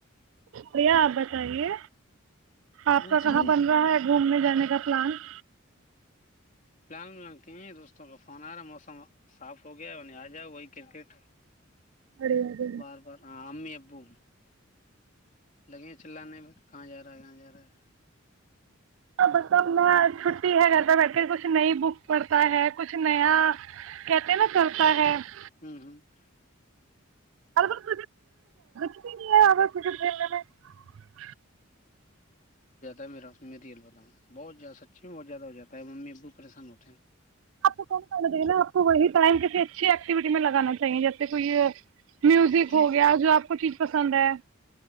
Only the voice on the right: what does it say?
بیا آپ بتائیے آپ
کا
کہاں بن رہا ہے گھومنے جا کا پلان <unintelligible>
بڑھیا
مطلب میں چھٹی ہے گھر پہ بیٹھ کے کچھ کچھ نئی بک پڑھتا ہے کچھ نیا کہتے نا چلتا ہے <unintelligible>
آ بچ <unintelligible> آ س <inaudible>
آپ کوم کرنا دے نا آپ کو وہی ٹائم کسی اچھی ایکٹیویٹی میں لگانا جیسے کوئی میوزک
ہو گیا جو آپ کو چی پسند ہے <inaudible>